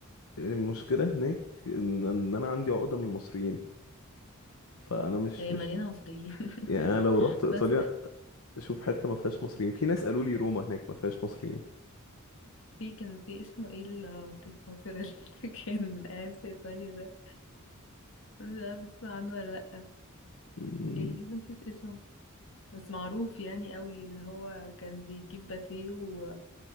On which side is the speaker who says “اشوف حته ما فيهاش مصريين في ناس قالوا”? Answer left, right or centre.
Left